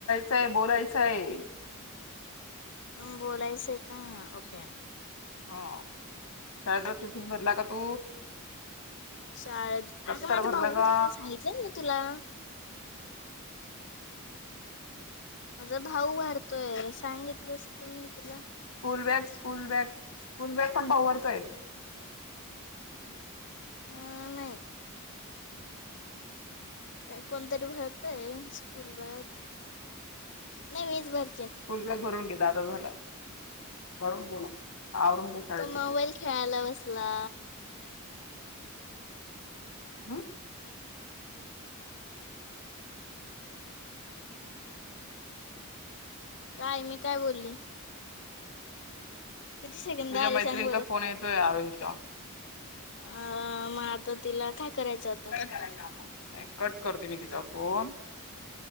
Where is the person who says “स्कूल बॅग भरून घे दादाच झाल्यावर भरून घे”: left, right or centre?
Left